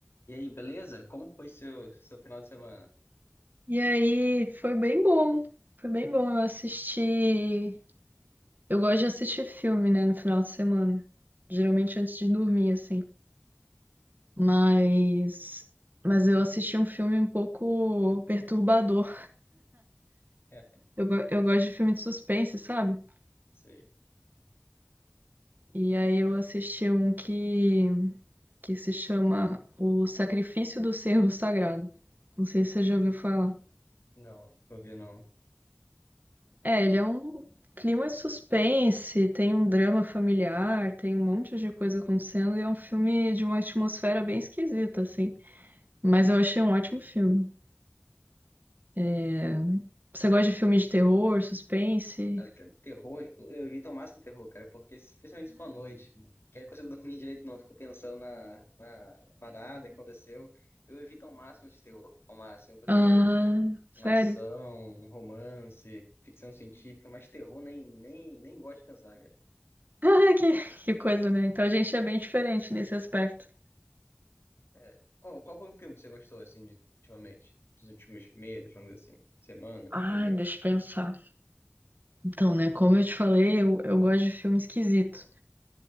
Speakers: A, on the left; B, on the right.
A: E aí, beleza? Como foi seu, seu final de semana?
B: E aí, foi bem bom. Foi bem bom. Eu assisti. Eu gosto de assistir filme, né, no final de semana. Geralmente antes de dormir, assim. Mas. Mas eu assisti um filme um pouco perturbador.
A: É,
B: Eu, go- eu gosto de filme de suspense, sabe?
A: sei.
B: E aí eu assisti um que. que se chama O Sacrifício do Servo Sagrado. Não sei se você já ouviu falar.
A: Não, não vou não.
B: É, ele é um clima de suspense, tem um drama familiar, tem um monte de coisa acontecendo e é um filme de uma atmosfera bem esquisita, assim. Mas eu achei um ótimo filme. É, Você gosta de filme de terror, suspense?
A: Cara, cara, terror, eu evito ao máximo terror, cara, porque especialmente se for à noite, né? que eu não consigo <laughs> dormir direito, não, fico pensando na, na parada que aconteceu. Eu evito ao máximo de terror, ao máximo. Eu prefiro
B: Ah, sério?
A: uma ação,
B: <laughs>
A: um romance, ficção científica, mas terror nem, nem, nem gosto de pensar, cara.
B: Ah, que, que coisa, né? Então a gente é bem diferente nesse aspecto.
A: É, qual, qual foi o filme que você gostou, assim, de, ultimamente? Dos últimos meses, vamos dizer assim, semanas
B: Ah,
A: que você viu?
B: deixa eu pensar. Então, né, como eu te falei, eu, eu gosto de filme esquisito.